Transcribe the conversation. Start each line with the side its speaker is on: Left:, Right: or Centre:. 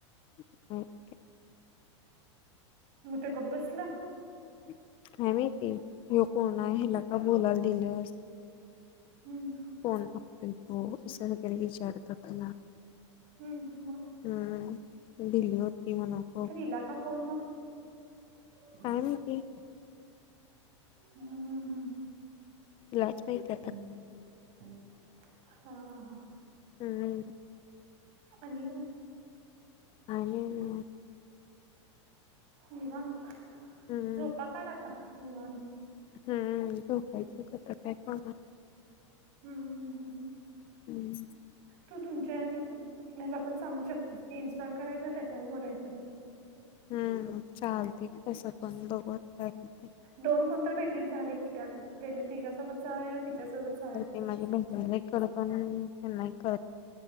Left: <unintelligible>
Right: मग ते गप बसलं?
Left: काय माहिती हे कोण ह्याला का बोलायला दिलस?
Right: हम्म.
Left: कोण तो असं वगैरे विचारतात तिला?
Right: हम्म मग
Left: हम्म. भिल्ली होती म्हण खू
Right: तिला का फोन मग? हम्म
Left: काय माहिती
Right: हम्म हम्म.
Left: तिलाच माहिती आता
Right: हम्म हम्म. हा हा.
Left: हम्म.
Right: आणि काय?
Left: आणि न
Right: निवांत
Left: हम्म
Right: झोपा काढ आता निव
Left: हम्म. झोपायची की आता काय काम हाय?
Right: हम्म हम्म.
Left: हम्म.
Right: तू तुमच्या ह्याला पण सांगू शकतेस की इन्स्टॉल करायच त्याच्यावर बोलायचं ग.
Left: हम्म. चालतय की तसं पण बघू आता काय हुतंय.
Right: दोन कोण तर भेटलीत झाल की त्यात तिच्यासोबत सहा वेळा तिच्यासोबत सहा वेळा.
Left: ये नाही बाई. खरं पण नाही कळत.